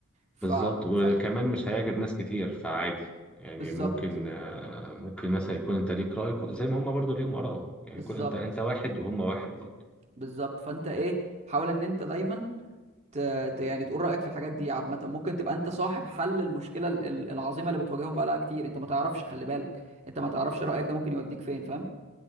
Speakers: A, on the right; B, in the centre.
A: ف,
B: بالظبط وكمان
A: ف...
B: مش هيعجب ناس كتير فعادي يعني
A: بالظبط
B: ممكن آه، ممكن مثلا يكون انت ليك رأي زي ما هم برضو ليهم آرائهم يعني
A: بالظبط
B: يكون انت انت واحد وهم واحد برضو
A: بالظبط فانت ايه حاول ان انت دايما ت... ت... يعني تقول رايك في الحاجات دي عامه ممكن تبقى انت صاحب حل المشكله ال- ال- العظيمه اللي بتواجههم بقالها كتير انت ما تعرفش خلي بالك انت ما تعرفش رايك ده ممكن يوديك فين فاهم